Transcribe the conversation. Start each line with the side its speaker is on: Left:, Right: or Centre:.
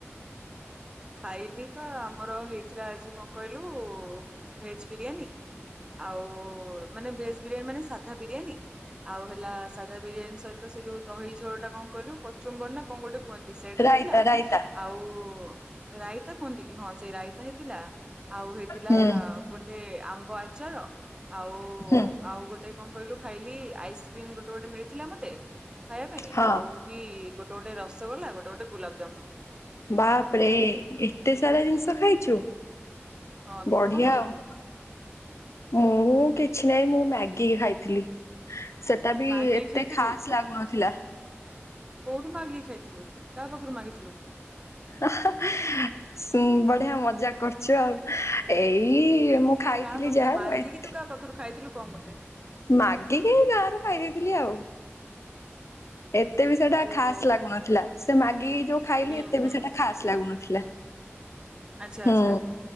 Right: ଖାଇଲି ପା ଆମର ହେଇଥିଲା ଆଜି କଣ? କହିଲୁ ଭେଜ୍ ବିରିୟାନୀ ଆଉ ମାନେ ଭେଜ୍ ବିରିୟାନୀ ମାନେ ସାଧା ବିରିୟାନୀ। ଆଉ ହେଲା ସାଧା ବିରିୟାନୀ ସହିତ ସେ ଯୋଉ ଦହି ଝୋଳଟା କଣ କହିଲୁ? କଚୁମ୍ବର ନା କଣ ଗୋଟେ କୁହନ୍ତି ସେଇଟା
Left: ରାଇତା
Right: ହେଇଥିଲା,
Left: ରାଇତା।
Right: ଆଉ ରାଇତା କୁହନ୍ତି କି ହଁ ସେଇ ରାଇତା ହେଇଥିଲା, ଆଉ ହେଇଥିଲା
Left: ହୁଁ
Right: ଗୋ ଟେ ଆମ୍ବ ଆଚାର, ଆଉ
Left: ହୁଁ
Right: ଆଉ ଗୋ ଟେ କଣ କହିଲୁ ଖାଇଲି ଆଇସ୍କ୍ରିମ୍ ଗୋଟେ ଗୋଟେ ମିଳିଥିଲା ମତେ ଖାଇବା ପାଇଁ
Left: ହଁ
Right: ଆଉ ବି ଗୋଟେ ଗୋଟେ ରସଗୋଲା ଗୋଟେ ଗୋଟେ ଗୋଲାପଜାମୁନ୍।
Left: ବାପ୍ ରେ ଏତେ ସାରା ଜିନିଷ ଖାଇଛୁ।
Right: ହଁ ତୁ
Left: ବଢ଼ିଆ
Right: କଣ ଖାଇଛୁ?
Left: ଆଉ। ମୁଁ କିଛି ନାଇଁ ମୁଁ ମ୍ୟାଗି ଖାଇଥିଲି। ସେଟାବି
Right: ମାଗିକି
Left: ଏତେ
Right: ଖାଇଥିଲୁ
Left: ଖାସ୍ ଲାଗୁନଥିଲା।
Right: କୋଉଠୁ ମାଗିକି ଖାଇଥିଲୁ? କାହା ପାଖରୁ ମାଗିଥିଲୁ?
Left: <unintelligible> ଶୁଁ ବଢିଆ ମଜାକ୍ କର୍ ଛୁ ଆଉ, ଏଇ ମୁଁ ଖାଇଥିଲି
Right: କାହା ପାଖରୁ
Left: ଯାହା
Right: ମାଗିକି
Left: ମୁଁ ଏଥି
Right: ତୁ କାହା ପାଖରୁ ଖାଇଥିଲୁ କଣ? <unintelligible>
Left: ମାଗିକି ଏଇ ଗାଁରୁ ଖାଇ ଦେଇଥିଲି ଆଉ। ଏତେ ବି ସେଟା
Right: ଓହୋ
Left: ଖାସ୍ ଲାଗୁନଥିଲା, ସେ ମାଗିକି ଯୋଉ ଖାଇଲି
Right: ହୁଁ
Left: ଏତେ
Right: ହୁଁ
Left: ବି ସେଟା ଖାସ୍ ଲାଗୁନଥିଲା।
Right: ଆଚ୍ଛା
Left: ହୁଁ
Right: ଆଚ୍ଛା,